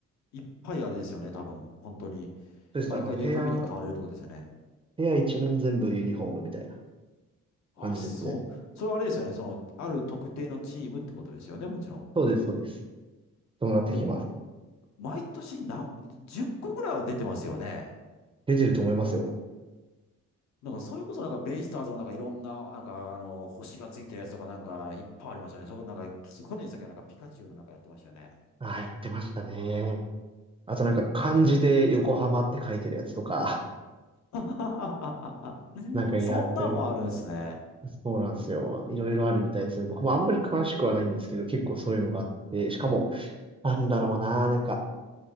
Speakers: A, on the left (about 65°); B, on the right (about 20°).
A: いっぱいあれですよね、多分。本当に。
B: そうです。
A: 毎回出るたびに買われるってことですよね。
B: あの、部屋部屋一面全部ユニフォームみたいな
A: あ、
B: 感じですね。
A: そう。それはあれですよね。その、ある特定のチームってことですよね、もちろん。
B: そうです、そうです。そうなってきます。
A: でも、毎年何、10個ぐらいは出てますよね。
B: 出てると思いますよ。
A: なんか、それこそなんか、ベイスターズもなんかいろんな、なんか、あの、星がついてるやつとかなんか、いっぱいありますよね。そこなんか、去年先はなんかピカチュウのなんかやってましたよね。
B: ああ、やってましたね。あとなんか漢字で横浜って書いてるやつとか、
A: <laughs>
B: <laughs> なんかやってるみたい。
A: そんなんもあるんですね。
B: そうなんですよ。いろいろあるみたいですね。僕もあんまり詳しくはないんですけど、結構そういうのがあって、しかも、なんだろうな、なんか、